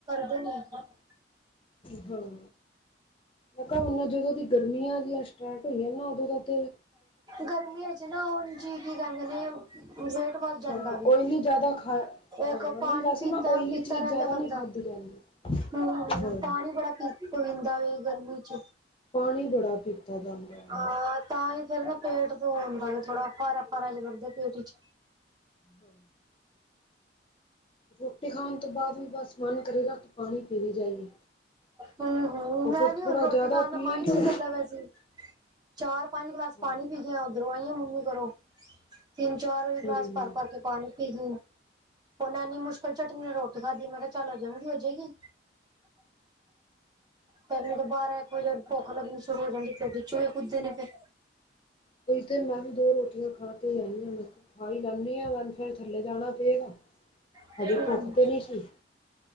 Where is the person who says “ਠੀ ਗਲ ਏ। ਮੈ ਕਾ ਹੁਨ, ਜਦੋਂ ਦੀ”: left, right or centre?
Left